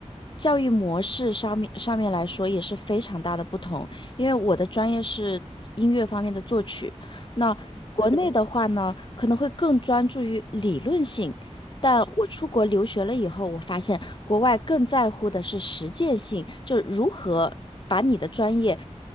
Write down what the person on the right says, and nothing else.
嗯，对，
哦，